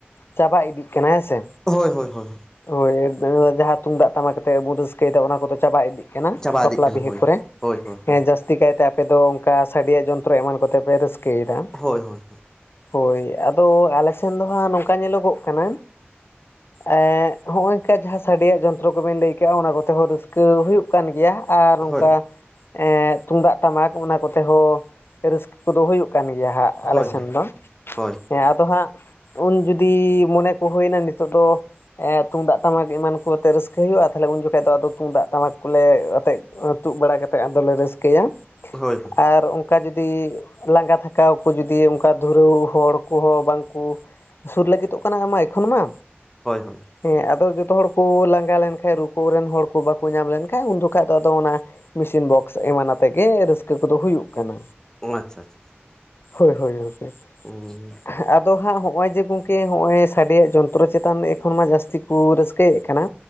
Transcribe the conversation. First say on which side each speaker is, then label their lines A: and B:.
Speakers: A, on the left; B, on the left.
A: ᱪᱟᱵᱟ ᱤᱫᱤᱜ ᱠᱟᱱᱟ ᱦᱮᱸ ᱥᱮ᱾
B: ᱦᱳᱭ ᱦᱳᱭ ᱦᱳᱭ᱾
A: ᱦᱳᱭ ᱡᱟᱦᱟᱸ ᱛᱩᱢᱫᱟᱜ ᱴᱟᱢᱟᱠ ᱟᱛᱮᱜ ᱵᱚᱱ ᱨᱟᱹᱥᱠᱟᱹᱭᱮᱫᱟ ᱚᱱᱟ ᱠᱚᱫᱚ ᱪᱟᱵᱟ ᱤᱫᱤᱜ ᱠᱟᱱᱟ
B: ᱪᱟᱵᱟ
A: ᱵᱟᱯᱞᱟ
B: ᱤᱫᱤᱜ ᱠᱟᱱᱟ
A: ᱵᱤᱦᱟᱹ
B: ᱦᱳᱭ
A: ᱠᱚᱨᱮ,
B: ᱦᱳᱭ ᱦᱳᱭ
A: ᱦᱮᱸ ᱡᱟᱥ ᱛᱤ ᱠᱟᱭᱛᱮ ᱟᱯᱮ ᱫᱚ ᱚᱝᱠᱟ ᱥᱟᱰᱮᱭᱟᱜ ᱡᱚᱱᱛᱨᱚ ᱮᱢᱟᱱ ᱠᱚᱛᱮ ᱯᱮ ᱨᱟᱹᱥᱠᱟᱹᱭᱮᱫᱟ᱾
B: ᱦᱳᱭ ᱦᱳᱭ ᱦᱳᱭ
A: ᱦᱳᱭ ᱟᱫᱚ ᱟᱯᱮ ᱥᱮᱱ ᱫᱚ ᱦᱟᱸᱜ ᱱᱚᱝᱠᱟ ᱧᱮᱞᱚᱜᱚᱜ ᱠᱟᱱᱟ, ᱮᱸ ᱦᱚᱸᱜ-ᱚᱭ ᱠᱟ ᱡᱟᱦᱟᱸ ᱥᱟᱰᱮᱭᱟᱜ ᱡᱚᱱᱛᱨᱚ ᱠᱚᱵᱮᱱ ᱞᱟᱹᱭ ᱠᱟᱜᱼᱟ ᱚᱱᱟ ᱠᱚᱛᱮ ᱦᱚ ᱨᱟᱹᱥᱠᱟᱹ ᱦᱩᱭᱩᱜ ᱠᱟᱱ ᱜᱮᱭᱟ ᱟᱨ ᱚᱝᱠᱟ
B: ᱦᱳᱭ
A: ᱮᱸᱻ ᱛᱩᱢᱫᱟᱜ ᱴᱟᱢᱟᱠ ᱚᱱᱟ ᱠᱚᱛᱮ ᱦᱚᱸ ᱨᱟᱹᱥᱠᱟᱹ ᱠᱚᱫᱚ ᱦᱩᱭᱩᱜ ᱠᱟᱱ ᱜᱮᱭᱟ ᱦᱟᱸᱜ᱾ ᱟᱞᱮ
B: ᱦᱳᱭ ᱦᱳᱭ
A: ᱥᱮᱱ ᱫᱚ,
B: ᱦᱳᱭ
A: ᱦᱮᱸ ᱟ ᱫᱚ ᱦᱟᱸᱜ ᱩᱱ ᱡᱩᱫᱤ ᱢᱚᱱᱮ ᱠᱚ ᱦᱳᱭᱮᱱᱟ ᱱᱤᱛᱚᱜ ᱫᱚ ᱮᱸᱻ ᱛᱩᱢᱫᱟᱜ ᱛᱟᱢᱟᱠ ᱮᱢᱟᱱ ᱠᱚ ᱟᱛᱮᱫ ᱨᱟᱹᱥᱠᱟᱹ ᱦᱩᱭᱩᱜᱼᱟ ᱛᱟᱦᱚᱞᱮ ᱩᱱ ᱡᱚᱠᱷᱟᱡ ᱫᱚ ᱟᱫᱚ ᱛᱩᱢᱫᱟᱜ ᱴᱟᱢᱟᱠ ᱠᱚᱞᱮ ᱟᱛᱮᱜ ᱛᱩᱜ ᱵᱟᱲᱟ ᱠᱟᱛᱮᱫ ᱟᱫᱚᱞᱮ ᱨᱟᱹᱥᱠᱟᱹᱭᱟ᱾
B: ᱦᱳᱭ ᱦᱳᱭ᱾
A: ᱟᱨ ᱚᱝᱠᱟ ᱡᱩᱫᱤ ᱞᱟᱸᱜᱟ ᱛᱷᱟᱠᱟᱣ ᱠᱟ ᱡᱚᱫᱤ ᱚᱝᱠᱟ ᱫᱷᱩᱨᱟᱹᱣ ᱦᱚᱲ ᱠᱚᱦᱚᱸ ᱵᱟᱝᱠᱩ ᱥᱩᱨ ᱞᱟᱹᱜᱤᱫᱚᱜ ᱠᱟᱱᱟ ᱟᱢᱢᱟ ᱮᱠᱷᱚᱱ ᱢᱟ,
B: ᱦᱳᱭ ᱦᱳᱭ᱾
A: ᱦᱮᱸ ᱟᱫᱚ ᱡᱚᱛᱚ ᱦᱚᱲ ᱠᱚ ᱞᱟᱸᱜᱟ ᱞᱮᱱᱠᱷᱟᱡ ᱨᱩ ᱠᱚ ᱨᱮᱱ ᱦᱚᱲ ᱠᱚ ᱵᱟᱠᱚ ᱧᱟᱢ ᱞᱮᱱᱠᱷᱟᱡ ᱩᱱ ᱡᱚᱠᱷᱟᱡ ᱫᱚ ᱟᱫᱚ ᱚᱱᱟ ᱢᱮᱥᱤᱱ ᱵᱚᱠᱥ ᱮᱢᱟᱱ ᱟᱛᱮᱜ ᱜᱮ ᱨᱟᱹᱥᱠᱟᱹ ᱠᱚᱫᱚ ᱦᱩᱭᱩᱜ ᱠᱟᱱᱟ᱾
B: ᱚ ᱟᱪᱪᱷᱟ ᱟᱪᱪᱷᱟ᱾
A: ᱦᱳᱭ ᱦᱳᱭ ᱦᱳᱭ ᱦᱳᱭ,
B: ᱦᱩᱸ
A: ᱟᱨ ᱟᱫᱚ ᱦᱟᱸᱜ ᱦᱚᱜᱼᱚᱭ ᱡᱮ ᱜᱚᱝᱠᱮ ᱦᱚᱸᱜ-ᱚᱭ ᱥᱟᱰᱮᱭᱟᱜ ᱡᱚᱱᱛᱨᱚ ᱪᱮᱛᱟᱱ ᱮᱠᱷᱚᱱ ᱢᱟ ᱡᱟᱹᱥᱛᱤ ᱠᱩ ᱨᱟᱹᱥᱠᱟᱹᱭᱮᱜ ᱠᱟᱱᱟ᱾